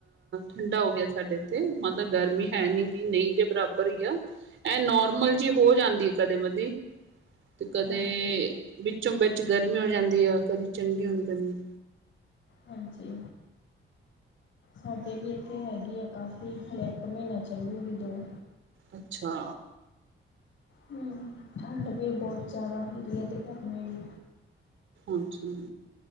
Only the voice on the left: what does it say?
ਹਾਂਜੀ,
ਹਾਂਜੀ। ਸਾਡੇ ਵੀ ਇੱਥੇ ਹੈਗੀ ਆ ਕਾਫ਼ੀ, ਹਲੇੇ ਇੱਕ ਮਹੀਨਾ ਚੱਲੂਗੀ ਦੋ
ਹਮ। ਠੰਡ ਵੀ ਬਹੁਤ ਜ਼ਿਆਦਾ ਹੁੰਂਦੀ ਹੈ, ਤੇ ਗਰਮੀ ਵੀ।